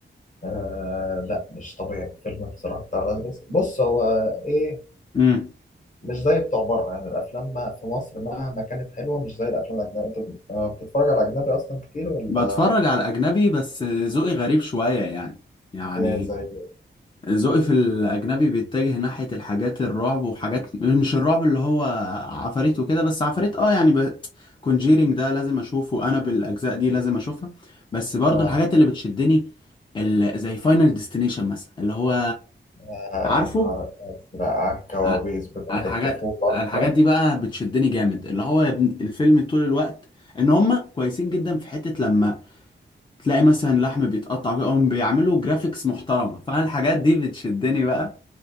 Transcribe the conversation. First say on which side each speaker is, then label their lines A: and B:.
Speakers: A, on the left; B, on the left.
A: آه لا مش طبيعي الفيلم بصراحة بتاع ولاد رزق بص هو إيه
B: مم.
A: مش زي بتوع بره يعني الأفلام ما في مصر مهما كانت حلوة مش زي الأفلام الأجنبية أنت بت- آه، بتتفرج على أجنبي أصلا كتير ولا
B: بتفرج على أجنبي بس ذوقي غريب شوية يعني يعني
A: إيه زي
B: ذوقي في الأجنبي بيتجه ناحية الحاجات الرعب وحاجات مش الرعب اللي هو عفاريت وكده بس عفاريت اه يعني ب... كونجيرينج ده لازم أشوفه أنا بالأجزاء دي لازم أشوفها بس برضو
A: آه
B: الحاجات اللي بتشدني ال... زي فاينل ديستنيشن مثلا اللي هو
A: آه،
B: عارفه
A: نهار أزرق على الكوابيس
B: آه،
A: بتاعت
B: على الحاجات
A: الطفولة
B: على الحاجات
A: <laughs>
B: دي بقى بتشدني جامد اللي هو يا ابني الفيلم طول الوقت ان هم كويسين جدا في حتة لما تلاقي مثلا لحم بيتقطع كده هم بيعملوا جرافيكس محترمة فانا الحاجات دي بتشدني بقى